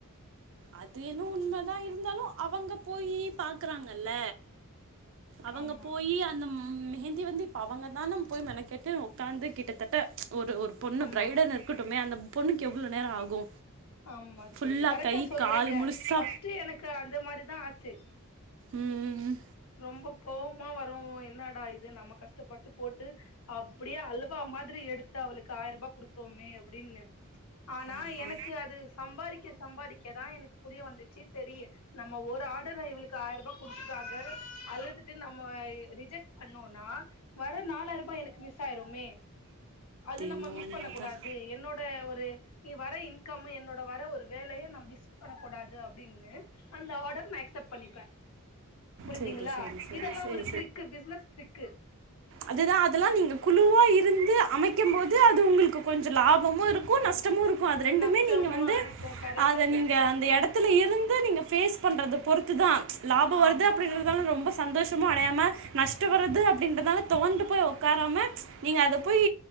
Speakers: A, on the right (about 60°); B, on the left (about 80°).
A: அது என்னோ உண்ம தா இருந்தாலு அவங்க போயி பாக்கறாங்கல்ல அவங்க
B: ஆமா
A: போயி அந்த மெஹந்தி வந்து இப்ப அவங்க தான போய் மெனக்கெட்டு உட்காந்து கிட்டத்தட்ட ச் ஒரு ஒரு பொண்ணு
B: ஆமா
A: பிரைடல்ல இருக்கட்டுமே அந்த பொண்ணுக்கு எவ் வ்வளோ நேரோ ஆகு
B: ஆமா
A: ஃபுல்லா
B: தோழி கரெக்டா
A: கை
B: சொல்
A: கால்
B: <unintelligible>
A: முழுசா
B: ஃபர்ஸ்ட்டு எனக்கு அது மாதிரிதா ஆச்சு
A: ம் ம் ம்
B: ரொம்ப கோபமா வரு என்னடா இது நம்ம கஷ்டப்பட்டு போட்டு அப்டியே அலுவா மாதிரி எடுத்து அவளுக்கு ஆயர்ரூபா குடுக்குறோமே அப்டின்னு ஆனா
A: அது
B: எனக்கு அது சம்பாரிக்க சம்பாரிக்க தா எனக்கு புரிய வந்துச்சு சரி நம்ம ஒரு ஆர்டர இவளுக்கு ஆயர்ரூபா குடுத்துக்காக அழுதுட்டு நம்ம ரிஜெக்ட் பண்ணோனா வர நாலாயிரம் ரூபாய் எனக்கு மிஸ் ஆயிருமே அது நம்ம
A: என்னவோ
B: மிஸ்
A: உண்மைதான்
B: பண்ண கூடாது என்னோட ஒரு நீ வர இன்கம் என்னோட வர ஒரு வேலைய நா மிஸ் பண்ணக் கூடாது அப்படின்னு அந்த ஆர்டர் நா அக்செப்ட் பண்ணிப்ப புரியுதுங்களா
A: சரி சரி சரி
B: இதெல்லாம்
A: சரி
B: ஒரு ட்ரிக்கு பிசினஸ் ட்ரிக்கு
A: அது தா அதெல்லா நீங்க குழுவா இருந்து அமைக்கம்போது அது உங்ளுக்கு கொஞ்ச லாபமும் இருக்கு நஷ் கூச்சமு இருக்கு அது ரெண்டுமே
B: நஷ்டமு
A: நீங்க வந்து
B: இருக்கு கரெக்டா
A: அத
B: சொன்னீங்க
A: நீங்க அந்த
B: தோழி
A: இடத்துல இருந்து நீங்க பேஸ் பண்றது பொறுத்து தா லாபம் வருது
B: ஆமா
A: அப்படிங்கிறதாலு ரொம்ப சந்தோஷமு அடையாம நஷ்டோ வர்றது அப்படின்றனால துவண்டு போய் உக்காராம ச் நீங்க அத போய்